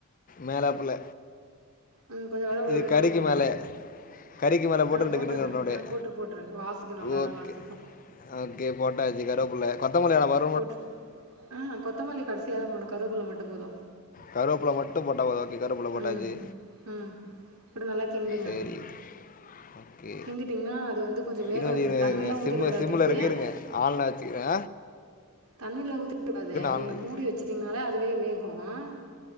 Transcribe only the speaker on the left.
மேலாப்பிள்ள
இது
கறிக்கு
மேல கறிக்கு மேல போட்டு
ரெண்டு
கிண்டு கிண்டனு அப்டியே
ஓகே
ஓகே போட்டாச்சு கருவப்பிள்ள கொத்த மல்லி வேணாம
கருவேப்புள்ள போட் போட்ட போட்டா உதாக்கி கருவபுள்ள போட்டாச்சு
சேரி ஓகே
இரு
<unintelligible> இன்ன
சிம்ல சிம்ல
இருக்கு இருங்க ஆன்ல வச்சுக்கிறே
ஆன்